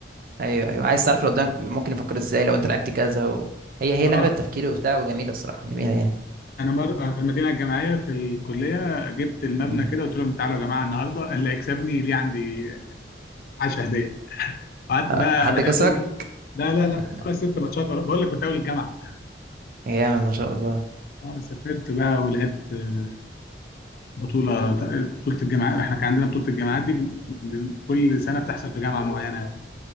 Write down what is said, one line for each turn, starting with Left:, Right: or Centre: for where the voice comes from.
Right: ايوه ايوه عايز تعرف اللي قدامك ممكن يفكر ازاي لو انت لعبت كذا و... هي هي
Left: اه
Right: لعبه تفكيري وبتاع وجميله الصراحه جميله يعني
Left: انا مر أنا في المدينه الجامعيه في الكليه جبت المبنى
Right: مم.
Left: كده قلت لهم تعالوا يا جماعه النهارده اللي هيكسبني ليه عندي 10 هديه قعدت
Right: أه،
Left: بقى
Right: حد
Left: لعبتهم
Right: كسبك
Left: لا لا لا
Right: <laughs>
Left: خمس ست ماتشات ورا- بقول لك كنت اول الجامعه
Right: جامد ما شاء الله
Left: اه سافرت بقى ولعبت آه، بطوله بطوله الجامعات احنا كان عندنا بطوله الجامعات دي ب- ب- كل سنه بتحصل في جامعه معينه